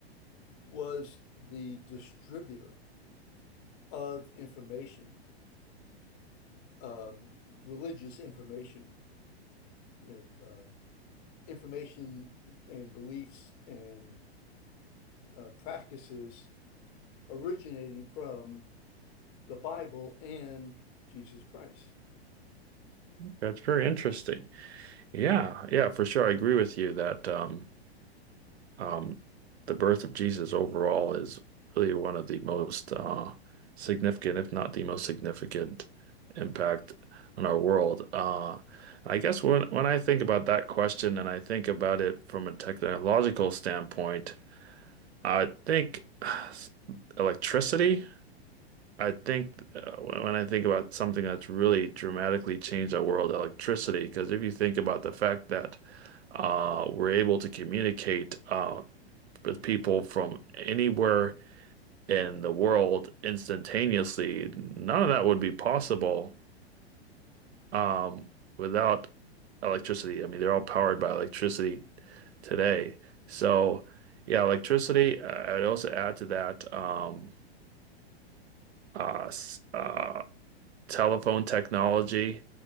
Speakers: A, on the left; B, on the right.
A: was the distributor of information, um, religious information. You know, um, information and beliefs and uh, practices originating from the Bible and Jesus Christ.
B: That's very interesting. Yeah, yeah, for sure. I agree with you that um, um, the birth of Jesus overall is really one of the most uh, significant, if not the most significant, impact on our world. Uh, I guess when when I think about that question and I think about it from a technological standpoint, I think <sighs> electricity. I think uh, when I think about something that's really dramatically changed our world, electricity, because if you think about the fact that uh, we're able to communicate uh, with people from anywhere in the world instantaneously, none of that would be possible um, without electricity. I mean, they're all powered by electricity today. So, yeah, electricity. uh, I'd also add to that um, uh, s- uh, telephone technology